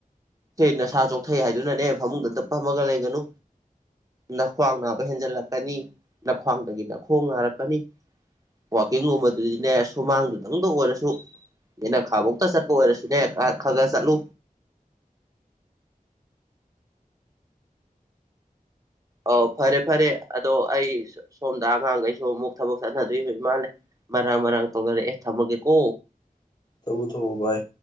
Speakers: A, on the right; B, on the left.
A: ꯍꯦ ꯅꯁꯥ ꯆꯣꯛꯊꯩ ꯍꯥꯏꯗꯨꯅꯅꯦ ꯐꯃꯨꯡꯗꯇ ꯐꯝꯃꯒ ꯂꯩꯒꯅꯨ ꯅꯈ꯭ꯋꯥꯡ ꯅꯥꯕ ꯍꯦꯟꯖꯜꯂꯛꯀꯅꯤ ꯅꯈ꯭ꯋꯥꯡꯗꯒꯤ ꯅꯈꯣꯡ ꯅꯥꯔꯛꯀꯅꯤ ꯋꯥꯛꯀꯤꯡꯒꯨꯝꯕꯗꯨꯗꯤꯅꯦ ꯁꯨꯃꯥꯡꯗꯨꯗꯪꯗ ꯑꯣꯏꯔꯁꯨ ꯌꯦꯅꯈꯥꯕꯧꯇ ꯆꯠꯄ ꯑꯣꯏꯔꯁꯨ ꯅꯦ ꯑ ꯈꯥꯒꯥ ꯆꯠꯂꯨ ꯑꯧ ꯐꯔꯦ ꯐꯔꯦ ꯑꯗꯣ ꯑꯩ ꯁꯣꯝꯗ ꯑꯉꯥꯡꯒꯩꯁꯨ ꯑꯃꯨꯛ ꯊꯕꯛ ꯆꯠꯅꯗꯣꯏ ꯎꯔꯃꯥꯜꯂꯦ ꯃꯔꯥꯡ ꯃꯔꯥꯡ ꯇꯧꯅꯔꯦ ꯑꯦ ꯊꯝꯃꯒꯦ ꯀꯣ
B: ꯊꯝꯃꯨ ꯊꯝꯃꯨ ꯚꯥꯏ